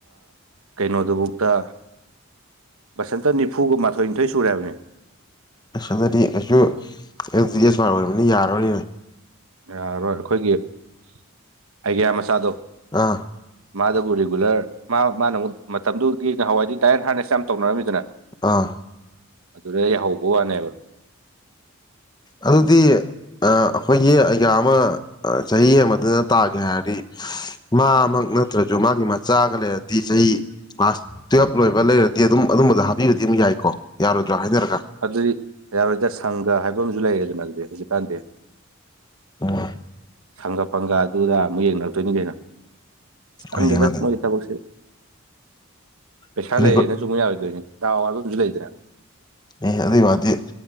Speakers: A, on the right; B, on the left.
A: ꯀꯩꯅꯣꯗꯨꯐꯥꯎꯗ ꯕꯁꯟꯇ ꯅꯤꯐꯨꯒ ꯃꯥꯊꯣꯏ ꯅꯤꯊꯣꯏ ꯁꯨꯔꯦꯕꯅꯤ
B: ꯑꯁ ꯑꯗꯨꯗꯤ ꯑꯩꯁꯨ ꯑꯗꯨꯗꯤꯁꯃ ꯑꯣꯏꯕꯅꯤ ꯌꯥꯔꯅꯤꯅꯦ
A: ꯌꯥꯔꯣꯏ ꯑꯩꯈꯣꯏꯒꯤ ꯑꯥꯏꯗꯤ꯭ꯌꯥ ꯃꯆꯥꯗꯣ
B: ꯑꯥ
A: ꯃꯥꯗꯕꯨ ꯔꯤꯒꯨꯂꯔ ꯃꯥ ꯃꯥꯅ ꯑꯃꯨꯛ ꯃꯇꯝꯗꯨꯒꯤꯍꯋꯥꯏꯗꯨ ꯗꯥꯏꯠ ꯍꯥꯔꯅꯦꯁ ꯌꯥꯝ ꯇꯧꯅꯔꯝꯃꯤꯗꯅ
B: ꯑꯥ
A: ꯑꯗꯨꯗ ꯌꯥꯍꯧꯕ ꯋꯥꯅꯦꯕ <inaudible>
B: ꯑꯗꯨꯗꯤ ꯑ ꯑꯩꯈꯣꯏꯒꯤ ꯑꯖꯌꯥ ꯑꯃ ꯆꯍꯤ ꯑꯃꯗꯨꯗ ꯇꯥꯒꯦ ꯍꯥꯏꯔꯗꯤ ꯃꯥꯃꯛ ꯅꯠꯇ꯭ꯔꯁꯨ ꯃꯥꯒꯤ ꯃꯆꯥꯒ ꯂꯩꯔꯗꯤ ꯆꯍꯤ ꯀ꯭ꯂꯥꯁ ꯇꯨꯌꯦꯦꯜꯞ ꯂꯣꯏꯕ ꯂꯩꯔꯗꯤ ꯑꯗꯨꯝ ꯑꯗꯨꯝꯕꯗ ꯍꯥꯞꯕꯤꯕꯗꯤ ꯑꯗꯨꯝ ꯌꯥꯏꯀꯣ ꯌꯥꯔꯣꯏꯗ꯭ꯔꯣ ꯍꯥꯏꯅꯔꯒ
A: ꯑꯗꯨꯗꯤ ꯌꯥꯔꯣꯏꯗ ꯁꯪꯒ ꯍꯥꯏꯕ ꯑꯃꯁꯨ ꯂꯩꯌꯦꯗꯅ ꯑꯗꯨꯗꯤ ꯍꯧꯖꯤꯛꯀꯥꯟꯗꯤ
B: ꯑꯣ
A: ꯁꯪꯒ ꯄꯪꯒꯗꯨꯗ ꯑꯃꯨꯛ ꯌꯦꯡꯅꯔꯛꯇꯣꯏꯅꯤ ꯀꯩꯅꯣ ꯈꯪꯗꯦꯗ
B: ꯍꯌꯦꯡꯅ
A: ꯃꯣꯏꯒꯤ ꯊꯕꯛꯁꯦ ꯄꯩꯁꯥ
B: ꯚꯦꯔꯤ
A: ꯂꯩꯔꯦꯅ
B: ꯒꯨꯗ
A: ꯆꯨꯝꯕ ꯌꯥꯔꯣꯏꯗꯣꯏꯅꯤ ꯗꯧ ꯍꯥꯌꯕꯥ ꯑꯃꯁꯨ ꯂꯩꯔꯤꯗꯅ
B: ꯑꯦ ꯑꯗꯨꯏ ꯋꯥꯗꯤ